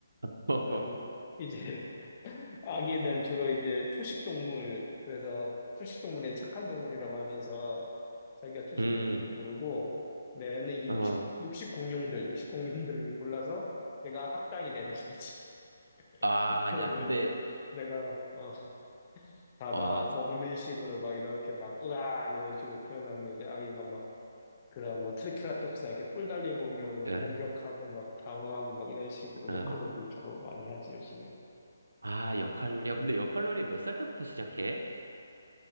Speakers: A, on the right; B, on the left.
A: <laughs>
B: 그럼 이제 <laughs> 아기는 주로 이제 초식 동물 그래서 초식 동물의 착한 동물이라고 하면서 자기가 초식
A: 음,
B: 동물을 고르고 내 애는 이제
A: 어.
B: 육식 육식 공룡들 육식 공룡들을 이제 골라서 내가 악당이 되는 거지. <laughs>
A: 아,
B: 그러면
A: 야, 근데,
B: 이제 내가 어 다
A: 아,
B: 막 먹는 식으로 막 이렇게 막 으악 이런 식으로 표현하면 이제 아기가 막 그런 뭐 트리케라톱스나 이렇게 뿔 달린 공룡으막
A: 예.
B: 공격하고 막 방어하고 막 이런 식으로
A: 어.
B: 역할놀이 주로 많이 하지 요즘에
A: 아, 역할놀이. 야, 근데 역할놀이 몇 살 때부터 시작해?